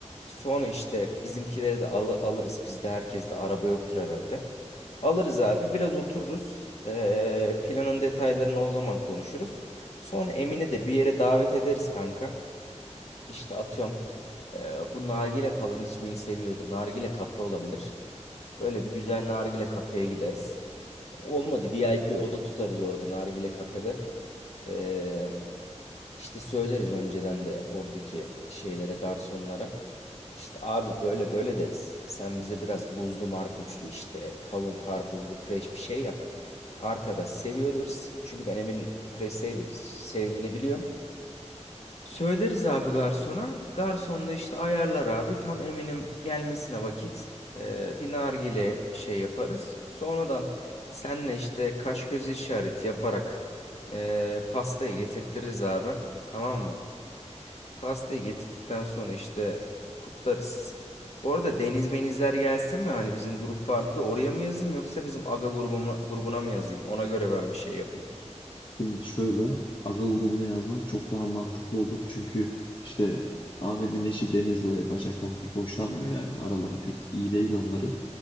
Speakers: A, on the left; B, on the left.
A: Sonra işte bizimkileri de alı- alırız. Bizde herkes de araba yoktur herhalde. Alırız abi biraz otururuz. Ee, planın detaylarını o zaman konuşuruz. Sonra Emin'i de bir yere davet ederiz kanka. İşte atıyorum e, bu nargile falan içmeyi seviyordu. Nargile kafe olabilir. Böyle bir güzel nargile kafeye gideriz. Olmadı VIP oda tutarız orada nargile kafede. E, işte söyleriz önceden de oradaki şeylere garsonlara. İşte abi böyle böyle deriz. Sen bize biraz buzlu marpuçlu işte kavun karpuzlu fresh bir şey yap. Arkadaş seviyordur. Çünkü ben Emin fresh sevdiğini, sevdiğini biliyorum. Söyleriz abi garsona. Garson da işte ayarlar abi. Tam eminim gelmesine vakit. Ee, bir nargile şey yaparız. Sonradan senle işte kaş göz işareti yaparak ee, pastayı getirtiriz abi. Tamam mı? Pastayı getirdikten sonra işte kutlarız. Bu arada deniz menizler gelsin mi? Hani bizim grup vardı da oraya mı yazayım yoksa bizim aga grubuma, grubuna mı yazayım? Ona göre ben bir şey yapayım.
B: Şimdi şöyle akıl grubuna yazman çok daha mantıklı olur. Çünkü işte Ahmet'in eşi Deniz böyle Başak'tan pek hoşlanmıyor yani. Araları pek iyi değil onların.